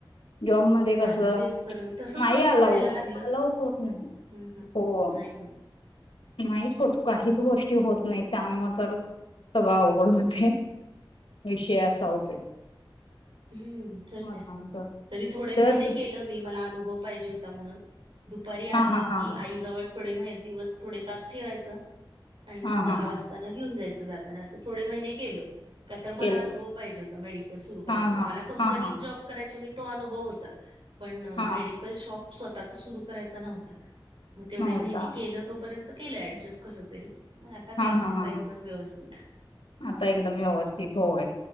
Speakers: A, on the left; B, on the right.
A: जॉबमध्ये
B: नाही
A: कस,
B: ना तेच तर तसच
A: नाही
B: व्हायला
A: आलाऊ
B: लागलं
A: आलाऊ च होत नाही.
B: हम्म हम्म,
A: हो,
B: नाही होत.
A: नाहीच होत. काहीच गोष्टी होत नाहीत, त्यामुळे तर सगळं अवघड होतय. विषय असा होतोय.
B: हम्म, तर
A: मला
B: काय.
A: आमचा
B: तरी थोडे
A: तर
B: महिने
A: ते
B: केलं मी. मला अनुभव पाहिजे होता म्हणून. दुपारी आलं
A: हां, हां, हां.
B: की, आई जवळ थोडे दिवस, थोडे तास ठेवायचं. आणि मग
A: हां,
B: सहा
A: हां,
B: वाजताना
A: हां.
B: घेऊन जायचं जाताना, असं थोडे महिने केले. का? तर मला
A: केलं.
B: अनुभव पाहिजे होता, मेडिकल सुरु करायचा.
A: हां, हां.
B: मला कंपनीत
A: हां, हां.
B: जॉ जॉब करायचे मी. तो अनुभव होता, पण
A: हां,
B: मेडिकल शॉप स्वतःच सुरु करायच नव्हत, मग तेवढे
A: नव्हता.
B: महिने केलं तोपर्यंत केलं ऍडजस्ट कस तरी, मग आता
A: हां,
B: काही नाही
A: हां,
B: आता
A: हां.
B: एकदम व्यवस्थित.
A: आता एकदम व्यवस्थित होय.